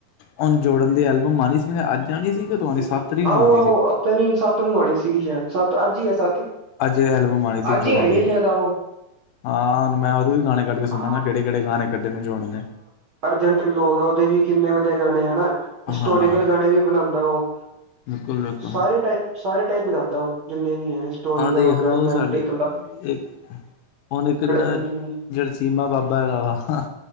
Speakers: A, on the left; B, on the right.
A: ਹੁਣ ਜੋੜਨ ਦੀ ਐਲਬਮ ਆਉਣੀ ਸੀ ਮੈਂ ਅੱਜ ਆਣੀ ਸੀ ਕਿ ਆਣੀ
B: ਆਹੋ
A: ਸੱਤ ਤਰੀਕ ਨੂੰ ਆਣੀ
B: ਆਹੋ
A: ਸੀ।
B: ਆਪਤਾ ਨੀ ਸੱਤ ਨੂੰ ਆਉਣੀ ਸੀਗੀ ਸ਼ਾਇਦ ਸੱਤ ਅੱਜ ਹੀ ਹੈ ਸੱਤ।
A: ਅੱਜ ਐਲਬਮ ਆਉਣੀ ਸੀ
B: ਅੱਜ
A: ਜੋੜਨ
B: ਹੀ
A: ਦੀ।
B: ਹੈ ਸ਼ਾਇਦ ਆਹੋ
A: ਹਾਂ ਹੁਣ ਮੈਂ ਉਹਦੇ ਵੀ ਗਾਣੇ ਕੱਢ ਕੇ ਸੁਣਾਂਗਾ
B: ਹਾਂ
A: ਕਿਹੜੇ ਕਿਹੜੇ ਗਾਣੇ ਕੱਢੇ ਨੇ ਜੋਰਡਨ ਨੇ।
B: ਅਰਜੈਂਟ ਲੋਕ ਆ ਉਹਦੇ ਵੀ ਕਿੰਨੇ ਵਧੀਆ ਗਾਣੇ ਆ ਨਾ। ਹਿਸਟੋਰੀਕਲ
A: ਹਾਂ
B: ਗਾਣੇ ਵੀ ਬਣਾਉਂਦਾ ਉਹ।
A: ਬਿਲਕੁਲ। ਬਿਲਕੁਲ
B: ਸਾਰੇ ਟਾਈਪ ਸਾਰੇ ਟਾਈਪ ਗਾਂਉਦਾ ਉਹ ਜਿੰਨੇ ਵੀ ਹੈ। ਹਿਸਟੋਰੀਕਲ
A: ਆਹ ਦੇਖ
B: ਹੋ ਗਏ
A: ਲਓ
B: ਰੋਮਾਂਟਿਕ
A: ਸਾਡੇ ਇੱਕ ਹੁਣ ਇੱਕ ਜਿਹੜਾ
B: ਹਾਂਜੀ ਹਾਂਜੀ
A: ਸੀਮਾ ਬਾਬਾ ਹੈਗਾ ਵਾ।